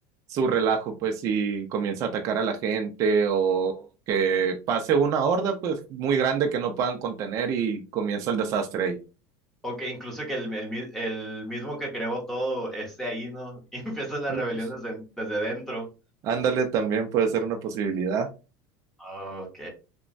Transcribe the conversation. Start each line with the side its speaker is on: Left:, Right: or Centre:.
Right: su relajo, pues, y comienza a atacar a la gente o que pase una horda, pues, muy grande que no puedan contener y comienza el desastre ahí.
Centre: O que incluso que el, el, mi- el mismo que creó todo esté ahí, ¿no? <laughs> Y empieza la
Right: Eh,
Centre: rebelión desde, desde dentro.
Right: Ándale, también puede ser una posibilidad.
Centre: Ah, Ok.